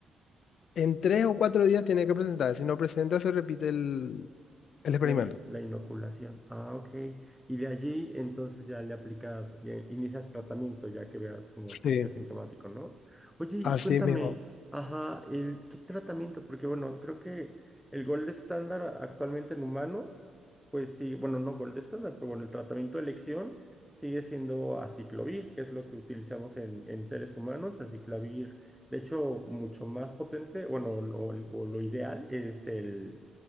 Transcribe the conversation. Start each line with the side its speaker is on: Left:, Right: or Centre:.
Left: En tres o cuatro días tiene que presentar. Si no presenta, se repite el, el experimento.
Centre: La, i- la inoculación. Ah, ok. Y de allí entonces ya le aplicas, eh, inicias tratamiento ya que veas como que
Left: Sí,
Centre: sea sintomático, ¿no? Oye, y
Left: así
Centre: cuéntame,
Left: mismo.
Centre: ajá, el, ¿qué tratamiento? Porque bueno, creo que el gold estándar actualmente en humanos, pues sí, bueno, no gold estándar, pero bueno, el tratamiento de elección sigue siendo aciclovir, que es lo que utilizamos en, en seres humanos. Aciclovir, de hecho, mucho más potente, bueno, o, o o lo ideal es el